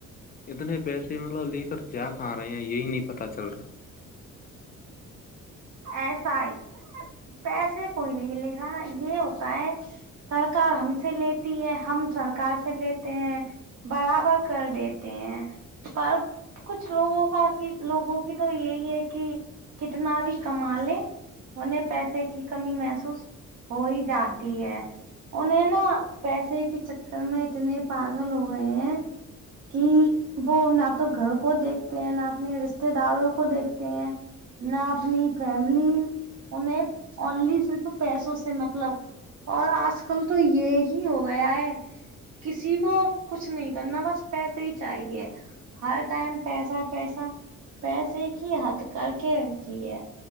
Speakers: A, on the left; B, on the right.
A: اتنے پیسے مطلب لے کر کیا کھا رہے ہیں یہی نہیں پتا چل رہا
B: ایسا ہی پیسے کوئی نہیں لے گا یہ ہوتا ہے سرکار ہم سے لیتی ہے ہم سرکار سے لیتے ہیں برابر کر دیتے ہیں پر کچھ لوگوں کا کی لوگوں کی تو یہی ہے کہ کتنا بھی کما لے انیں پیسے کی کمی محسوس ہو ہی جاتی ہے انہیں نا پیسے کے چکر میں اتنے پاگل ہو گئے ہیں کہ وہ نہ تو گھر کو دیکھتے ہیں نہ اپنے رشتے داروں کو دیکھتے ہیں نہ اپنی فیملی انیں انلی صرف پیسوں سے مطلب اور آج کل تو یہ ہی ہو گیا ہے کسی کو کچھ نہیں کرنا بس پیسے ہی چاہیے ہر ٹائم پیسہ پیسا پیسے کی حد کر رکھی ہے